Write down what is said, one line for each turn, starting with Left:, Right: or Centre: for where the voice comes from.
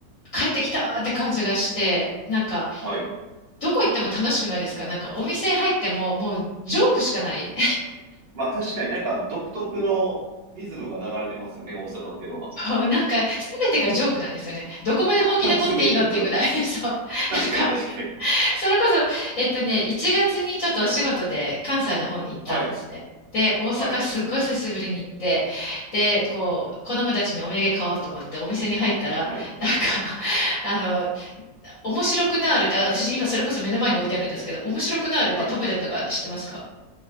Left: 帰ってきたーって感じがして、なんか
Right: はい。
Left: どこ行っても楽しくないですかなんかお店入ってももうジョークしかない。
Right: まあ確かになんか独特のリズムが流れてますよね、大阪っていうのは。
Left: そう、なんか、すべてがジョークなんですよね。どこまで本気で撮っていいのっていうぐらい。
Right: <laughs> すべてがジョーク。
Left: <laughs> そう。
Right: 確かに確かに。
Left: なんか、それこそ、えっとね、1月にちょっとお仕事で関西の方に行ったんですね。
Right: はい。
Left: で、大阪すっごい久しぶりに行って、
Right: はい。
Left: で、こう、子供たちにお土産買おうと思ってお店に入ったら、
Right: はい。
Left: なんか、<laughs> あの、面白くなーるって、あ私今それこそ目の前に置いてあるんですけど、面白くなーるってタブレットが知ってますか
Right: は